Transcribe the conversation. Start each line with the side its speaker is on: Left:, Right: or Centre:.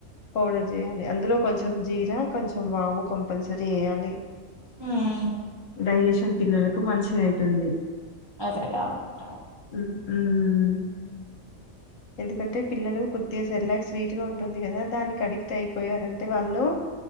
Left: పౌడర్ చేయాలి అందులో కొంచెం కొంచెం జీరా కొంచెం వాము కంపల్సరి యేయాలి
Right: ఉమ్
Left: డైజేషన్ పిల్లలకు మంచిగైతుంది
Right: అదేలా అవును <unintelligible>
Left: ఉఉమ్ ఎందుకంటే పిల్లలు కొద్దిగా సెర్లాక్ స్వీట్ గా ఉంటుంది గదా దానికి అడిక్ట్ అయిపోయారంటే వాళ్ళు